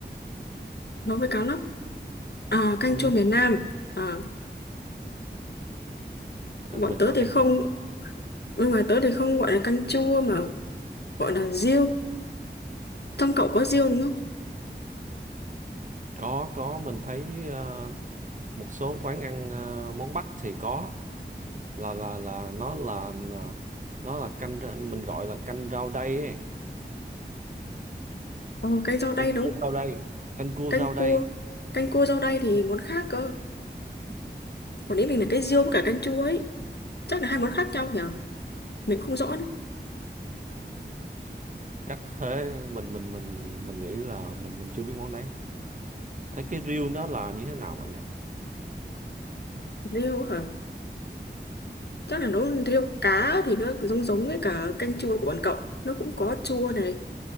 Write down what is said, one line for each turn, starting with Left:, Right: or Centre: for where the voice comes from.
Left: nấu với cá lóc à canh
Right: ừ.
Left: chua miền Nam à
Right: ờ,
Left: bọn
Right: mình
Left: tớ
Right: gọi
Left: thì
Right: canh
Left: không
Right: chua thôi.
Left: bên ngoài tớ thì không gọi là canh chua mà gọi là riêu trong cậu có riêu đúng không
Right: có có mình thấy ờ, một số quán ăn ờ, món Bắc thì có là là là nó là nó là canh mình gọi là canh rau đay ấy
Left: ồ canh rau đay
Right: canh
Left: đúng
Right: cua rau đây canh cua
Left: canh
Right: rau đây
Left: cua canh cua rau đay thì món khác cơ còn ý mình là cái riêu với cả canh chua ấy chắc là hai món khác nhau nhở mình không rõ đấy
Right: chắc thế mình mình mình mình nghĩ là mình mình chưa biết món đấy thế cái riêu nó là như thế nào bạn nhỉ
Left: riêu hả chắc là nấu theo cá thì nó giống giống với cả canh chua của bọn cậu nó cũng có chua này